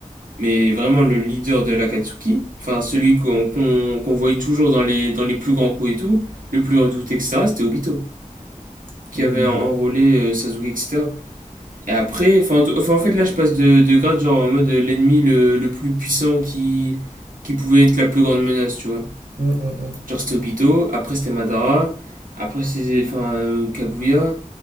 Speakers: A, on the right; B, on the right.
A: Mais vraiment le leader de l'Akatsuki, enfin celui qu'on qu'on qu'on voyait toujours dans les, dans les plus grands coups et tout, le plus redouté, etc., c'était Obito, qui
B: Hmm.
A: avait en- enrôlé euh, Sasuke, etc. Et après, enfin en tout- enfin, en fait là je passe de, de grade genre en mode euh, l'ennemi le, le plus puissant qui, qui pouvait être la plus grande menace, tu vois.
B: Hmm, hmm,
A: Genre c'était Obito, après c'était Madara, après c'était enfin, euh, Kaguya,